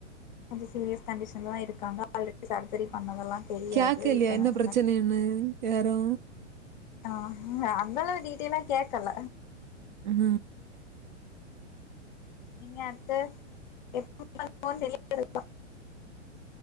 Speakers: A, on the left; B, on the right.
A: கொஞ்ச சீரியஸ் கண்டிஷன்லதா இருக்காங்க ஆல்ரெடி சர்ஜெரி பண்ணதெல்லா தெரியாது
B: கேக்கலயா
A: இப்பதா
B: என்ன பிரச்சனைன்னு
A: எல்லா
B: யாரு
A: ஆ அந்த அளவு டீட்டியலா கேக்கல
B: ம்
A: நீங்க அடுத்து எப்ப பண்ணோன் தெரியாது